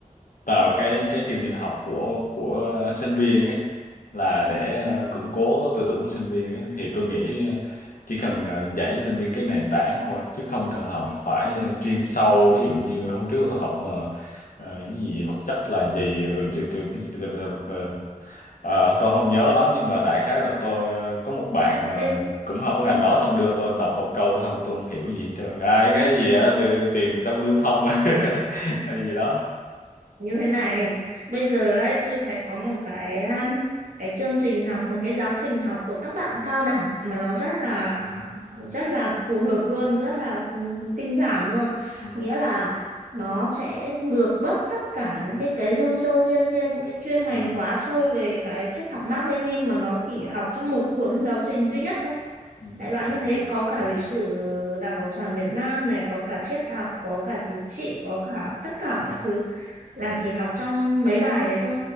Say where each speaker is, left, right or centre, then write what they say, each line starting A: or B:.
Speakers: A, on the left; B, on the right.
A: vào cái cái chương trình học của của sinh viên ấy là để ờ, củng cố tư tưởng của sinh viên ấy, thì tôi nghĩ ờ, chỉ cần ờ, dạy cho sinh viên cái nền tảng thôi chứ không cần học phải chuyên sâu ví dụ như hôm trước tôi học ờ, ờ, cái gì vật chất là gì rồi cho- cho cái gì ờ, ờ, tôi không nhớ lắm nhưng mà đại khái là tôi ờ, có một bạn ờ,
B: bây
A: cũng học cái ngành đó xong đưa tôi đọc một câu xong tôi không hiểu gì hết trơn ai cái gì á từ tiền từ trong lưu thông <laughs> hay gì đó
B: như thế này bây giờ ấy tôi thấy có một cái um, cái chương trình học một cái giáo trình học của các bạn cao đẳng mà nó rất là rất là phù hợp luôn rất là ừ, tinh giảm luôn
A: ừ,
B: nghĩa là nó sẽ lược bớt tất cả những cái cái râu râu ria ria những cái chuyên ngành
A: ừ,
B: quá sâu về cái triết học Mác Lênin mà nó chỉ học trong một cuốn giáo trình duy nhất thôi
A: ừ,
B: đại loại
A: ừ,
B: như thế có cả
A: ừ,
B: lịch sử Đảng Cộng sản Việt Nam này có cả triết học có cả chính trị có cả tất cả mọi thứ là
A: ừ,
B: chỉ học trong mấy bài đấy thôi